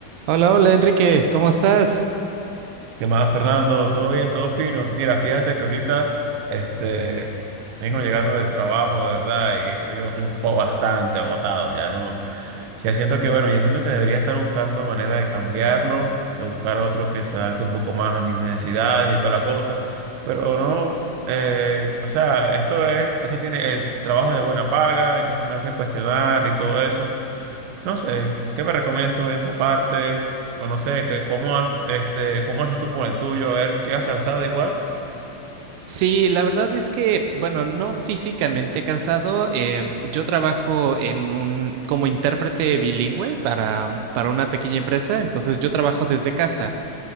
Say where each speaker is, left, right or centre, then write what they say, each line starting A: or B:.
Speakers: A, on the right; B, on the right.
A: Hola, hola Enrique, ¿cómo estás?
B: ¿Qué más, Fernando? ¿Todo bien? ¿Todo fino? Mira, fíjate que ahorita este, vengo llegando del trabajo, de verdad, y estoy un poco bastante agotado. Ya no, ya siento que, bueno, ya siento que debería estar buscando manera de cambiarlo, de buscar otro que se adapte un poco más a mis necesidades y toda la cosa, pero no, eh, o sea, esto es, esto tiene el trabajo de buena paga, entonces me hace cuestionar y todo eso. No sé, ¿qué me recomiendas tú en esa parte? O no sé, que cómo, ha- este, ¿cómo haces tú con el tuyo? A ver, ¿llegas cansado igual?
A: Sí, la verdad es que, bueno, no físicamente cansado. em, yo trabajo en un, como intérprete bilingüe para, para una pequeña empresa, entonces yo trabajo desde casa.